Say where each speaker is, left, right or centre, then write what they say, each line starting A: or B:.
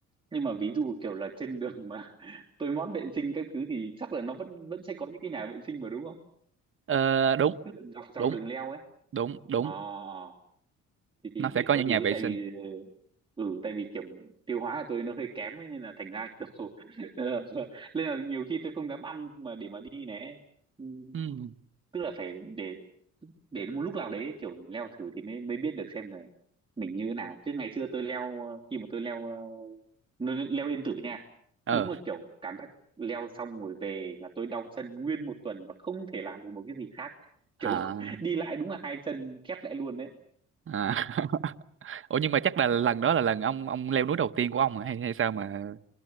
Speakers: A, on the right (about 15°); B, on the right (about 45°).
A: nhưng mà ví dụ kiểu là trên đường mà <laughs> tôi mót vệ sinh các thứ thì chắc là nó vẫn vẫn sẽ có những cái nhà vệ sinh mà đúng không
B: Ờ, đúng
A: tức là dọc dọc
B: đúng
A: đường leo ấy
B: đúng đúng
A: ờ ờ. thì thì
B: nó
A: để
B: sẽ có
A: có
B: những
A: gì
B: nhà vệ
A: ấy, tại
B: sinh
A: vì ừ tại vì kiểu tiêu hóa của tôi nó hơi kém ấy, nên là thành ra kiểu <laughs> ờ, nên là nhiều khi tôi không dám ăn mà để mà đi này Ừ,
B: ừ
A: tức là phải để để một lúc nào đấy kiểu leo thử thì mới mới biết được xem là mình như thế nào chứ ngày xưa tôi leo ờ, khi mà tôi leo ờ, leo leo Yên Tử nha
B: ờ
A: đúng là kiểu cảm giác leo xong rồi về là tôi đau chân nguyên một tuần và không thể làm được một cái gì khác kiểu
B: à,
A: <laughs> đi lại đúng là hai chân khép lại luôn đấy
B: à. <laughs> ủa nhưng mà chắc là lần đó là lần ông ông leo núi đầu tiên của ông hả? hay hay sao mà